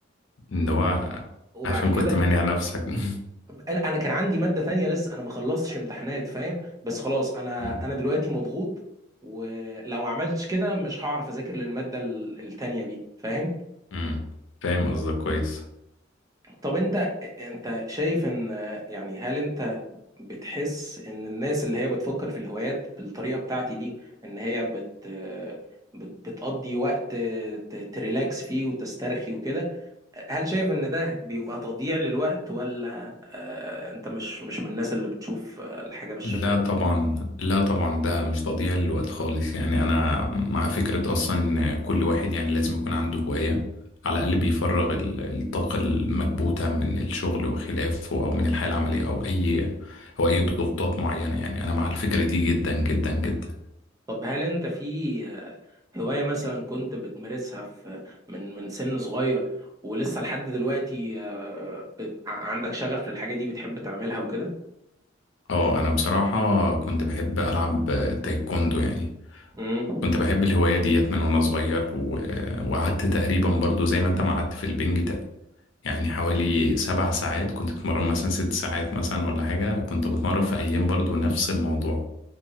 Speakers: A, on the left; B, on the right.
A: ان هو
B: وبعد
A: عشان
B: كده
A: كنت مانع نفسك <laughs>
B: لا انا كان عندي ماده تانية لسه انا ما خلصتش امتحانات فاهم بس خلاص انا
A: مم.
B: انا دلوقتي مضغوط ولو ما عملتش كده مش هعرف اذاكر للماده ال- التانية دي فاهم
A: مم. فاهم قصدك كويس
B: طب انت انت شايف ان يعني هل انت بتحس ان الناس اللي هي بتفكر في الهوايات بالطريقه بتاعتي دي ان هي بت بت- بتقضي وقت ت- تريلاكس فيه وتسترخي وكده هل شايف ان ده بيبقى تضييع للوقت ولا آه، انت مش مش من الناس اللي بتشوف آه، الحاجه بالشكل
A: لا طبعا لا طبعا ده مش تضييع للوقت خالص يعني انا مع فكرة اصلا إن كل واحد يعني لازم يكون عنده هواية على الاقل بيفرغ ال- الطاقة المكبوتة من الشغل وخلافه او من الحياة العملية او اي او اي ضغوطات معينة يعني انا مع الفكرة دي جدا جدا جدا
B: طب هل انت في آه، هواية مثلا كنت بتمارسها في من من سن صغير ولسه لحد دلوقتي آه، ب- ع- عندك شغف للحاجة دي بتحب تعملها وكده؟
A: اه انا بصراحة كنت بحب العب تايكوندو يعني
B: مم.
A: كنت بحب الهواية ديت من وانا صغير و- وقعدت تقريبا برضو زي ما انت ما قعدت في البنج يعني حوالي سبع ساعات كنت بتمرن مثلا ست ساعات مثلا ولا حاجة كنت بتمرن في أيام برضو نفس الموضوع